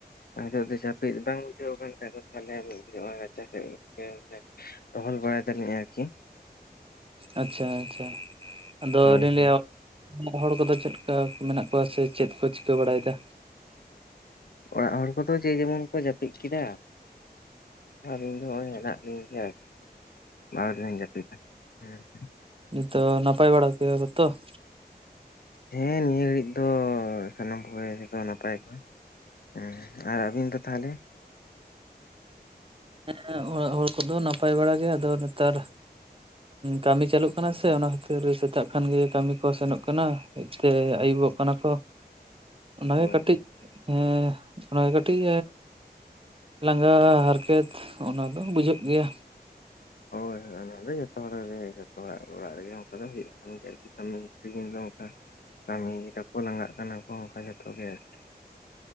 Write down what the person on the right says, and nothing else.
ᱟᱪᱪᱷᱟ ᱟᱪᱪᱷᱟ ᱟᱫᱚ
ᱞᱤᱧ
ᱞᱟᱹᱭᱟ‌ ᱦᱚᱲ ᱠᱚᱫᱚ ᱪᱮᱫ ᱞᱮᱠᱟ ᱢᱮᱱᱟᱜ ᱠᱚᱣᱟ ᱥᱮ ᱪᱮᱫ ᱠᱚ ᱪᱤᱠᱟᱹ ᱵᱟᱲᱟᱭᱮᱫᱟ?
ᱱᱤᱛᱚᱜ ᱱᱟᱯᱟᱭ ᱵᱟᱲᱟ ᱜᱮᱭᱟ ᱯᱮ ᱛᱚ ᱾
ᱦᱮᱸ ᱚᱲᱟᱜ ᱦᱚᱲ ᱠᱚᱫᱚ ᱱᱟᱯᱟᱭ ᱵᱟᱲᱟ ᱜᱮ ᱟᱫᱚ ᱱᱮᱛᱟᱨ ᱠᱟᱹᱢᱤ ᱪᱟᱹᱞᱩᱜ ᱠᱟᱱᱟ ᱥᱮ ᱚᱱᱟ ᱠᱷᱟᱹᱛᱤᱨ ᱥᱮᱛᱟᱜ ᱠᱷᱟᱱ ᱜᱮ ᱠᱟᱹᱢᱤ ᱠᱚ ᱥᱮᱱᱚᱜ ᱠᱟᱱᱟ ᱾ ᱦᱮᱡ ᱛᱮ ᱟᱹᱭᱩᱵᱚᱜ ᱠᱟᱱᱟ ᱠᱚ ᱾ ᱚᱱᱟᱜᱮ
ᱠᱟᱹᱴᱤᱡ ᱮᱸᱻ ᱚᱱᱟᱜᱮ ᱠᱟᱹᱴᱤᱡ ᱞᱟᱸᱜᱟ ᱦᱟᱨ ᱠᱮᱛ ᱚᱱᱟ ᱫᱚ ᱵᱩᱡᱷᱟᱹᱜ ᱜᱮᱭᱟ ᱾